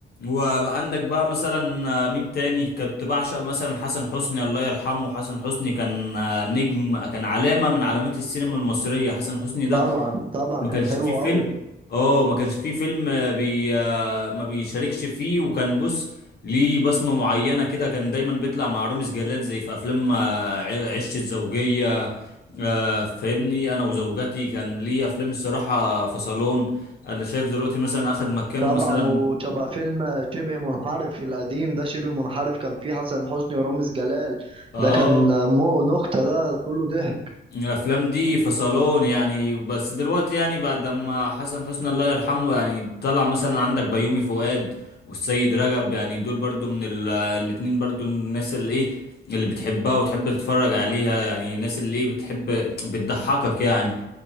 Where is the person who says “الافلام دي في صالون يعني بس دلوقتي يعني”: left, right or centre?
Left